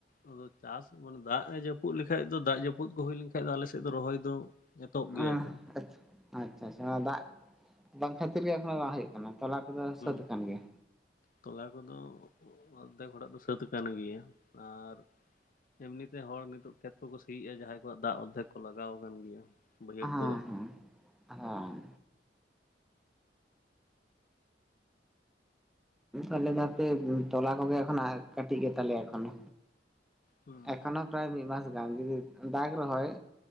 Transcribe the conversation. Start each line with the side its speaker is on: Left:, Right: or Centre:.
Left: ᱟᱫᱚ ᱪᱟᱥ ᱢᱟᱱᱮ ᱫᱟᱜ ᱮ ᱡᱟᱹᱯᱩᱫ ᱞᱮᱠᱷᱟᱡ ᱫᱚ ᱫᱟᱜ ᱡᱟᱹᱯᱩᱫ ᱠᱚ ᱦᱩᱭ ᱞᱮᱱᱠᱷᱟᱡ ᱫᱚ ᱟᱞᱮ ᱥᱮᱫ ᱫᱚ ᱨᱚᱦᱚᱭ ᱫᱚ ᱮᱛᱚᱦᱚᱵ ᱜᱮᱭᱟ
Centre: ᱟᱸᱦ
Left: ᱠᱚ
Centre: ᱟᱪ ᱟᱪᱪᱷᱟ ᱟᱪᱪᱷᱟ ᱫᱟᱜ ᱵᱟᱝ ᱠᱷᱟᱹᱛᱤᱨ ᱜᱮ ᱮᱠᱷᱚᱱᱳ ᱵᱟᱝ ᱦᱳᱭᱳᱜ ᱠᱟᱱᱟ ᱛᱚᱞᱟ ᱠᱚᱫᱚ
Left: ᱦᱩᱸ
Centre: ᱥᱟᱹᱛ ᱟᱠᱟᱱ ᱜᱮᱭᱟ?
Left: ᱛᱚᱞᱟ ᱠᱚᱫᱚ ᱚᱫᱫᱷᱮᱠ ᱦᱚᱲᱟᱜ ᱫᱚ ᱥᱟᱹᱛ ᱟᱠᱟᱱ ᱜᱮᱭᱟ ᱟᱨ ᱮᱢᱱᱤ ᱛᱮ ᱦᱚᱲ ᱱᱤᱛᱚᱜ ᱠᱷᱮᱛ ᱠᱚᱠᱚ ᱥᱤᱭᱮᱜᱼᱟ, ᱡᱟᱦᱟᱸᱭ ᱠᱚᱣᱟᱜ ᱫᱟᱜ ᱚᱨᱫᱷᱮᱠ ᱠᱚ ᱞᱟᱜᱟᱣ ᱟᱠᱟᱱ ᱜᱮᱭᱟ᱾ ᱵᱟᱹᱭᱦᱟᱹᱲ
Centre: ᱦᱚᱸ
Left: ᱠᱚᱨᱮ
Centre: ᱦᱚᱸ ᱦᱚ ᱾ ᱟᱞᱮ ᱫᱚ ᱦᱟᱯᱮ ᱛᱚᱞᱟ ᱠᱚᱜᱮ ᱮᱠᱷᱚᱱᱚ ᱠᱟᱹᱴᱤᱡ ᱜᱮ ᱛᱟᱞᱮᱭᱟ ᱮᱠᱷᱚᱱᱚ᱾
Left: ᱦᱩᱸ
Centre: ᱮᱠᱷᱚᱱᱚ ᱯᱨᱟᱭ ᱢᱤᱫ ᱢᱟᱥ ᱜᱟᱱ, ᱡᱩᱫᱤ ᱫᱟᱜᱽ ᱨᱮᱦᱚᱸᱭ